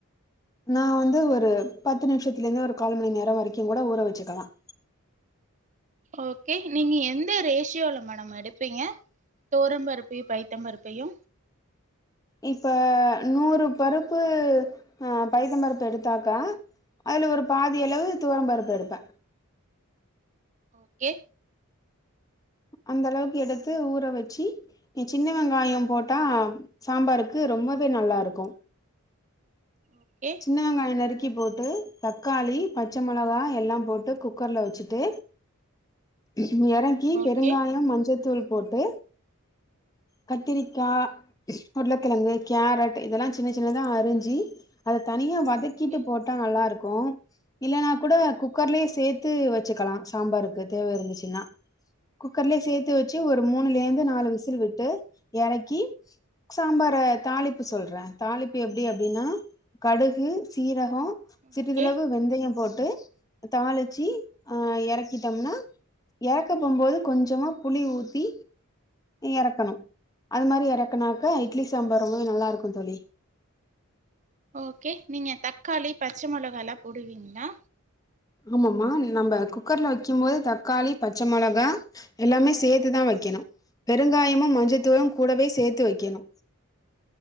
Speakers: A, on the left; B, on the right.
A: நான் வந்து ஒரு பத்து நிமிஷத்துல இருந்து ஒரு காலு மணி நேரம் வரைக்கும் கூட ஊற வச்சுக்கலாம்
B: ஓகே நீங்க எந் எந்த ரேஷியோல மேடம் எடுப்பீங்க தோர பருப்பையு பைத்த பருப்பையு
A: இப்ப நூறு பருப்பு ஆ பைத்த பருப்பு எடுத்தாக்கா அதுல ஒரு பாதி அளவு துவரோ பருப்பு எடுப்பே
B: ஓகே
A: அந்த அளவுக்கு எடுத்து ஊற வெச்சு எ சின்ன வெங்காயோ போட்டா சாம்பாருக்கு ரொம்பவே நல்லா இருக்கு
B: ஓகே
A: சின்ன வெங்காயோ நருக்கி ட்டி போட்டு தக்காளி பச்சமொளகா எல்லா போட்டு குக்கர்ல வெச்சுட்டு இது எறங்கி
B: ஓகே
A: பெருங்காயோ மஞ்சத்து தூள் போட்டு கத்திரிக்கா உருளைக்கெழங்கு கேரட் இதெல்லா சின்ன சின்னதா அரிஞ்சி தனியா வதக்கிட்டு
B: ஓகே
A: போட்டா நல்லாருக்கு கு இல்லன்னா கூட குக்கர்லயே சேர்த்து வெச்சுக்கலா சாம்பாருக்கு தேவ இருந்துச்சுன்னா குக்கர்லயே சேர்த்து வெச்சு ஒரு மூணுலேந்து நாலு விசில் விட்டு இறக்கி சாம்பார தாளிப்பு சொல்றே தாளிப்பு எப்டி அப்டின்னா கடுகு சீர கம் சிறிதளவு
B: ஓகே
A: வெந்தயோ போட்டு தாளிச்சு ஆ எறக்கிட்டோம்னா எறக்க போம்போது கொஞ்சோமா புளி ஊத்தி எறக்கணு அது மாரி எறக்குனாக்க இட்லி சாம்பார் ரொம்பவே நல்லா இருக்கு தோழி
B: ஓகே நீங்க தக்காளி பச்ச மொளகாலா போடுவீங்களா
A: ஆமாம நம்ம குக்கர்ல வைக்கு போது தக்காளி பச்சமொளகா எல்லாமே சேர்த்துதா வெக்கணு பெருங்காயமு மஞ்சத்தூளு கூடவே சேர்த்து வைக்கணு